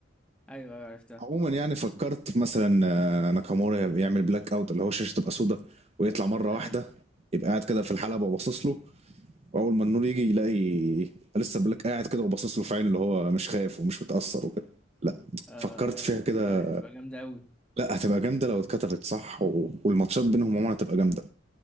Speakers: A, in the centre; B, on the right (about 30°).
A: أيوه، أيوه عرفتها،
B: عموما يعني فكرت في مثلا آه، ناكامورا يعمل بلاك اوت اللي هو الشاشه تبقى سودة ويطلع مره
A: آه،
B: واحده يبقى قاعد كده في الحلبه وباصص له واول ما النور يجي يلاقي لسه بلاك قاعد كده وباصص له في عين اللي هو مش خايف ومش متاثر وكده لا
A: آه،
B: فكرت فيها كده
A: هتبقى هتبقى جامدة أوي،
B: لا هتبقى جامده لو اتكتبت صح و... والماتشات بينهم عموما هتبقى جامده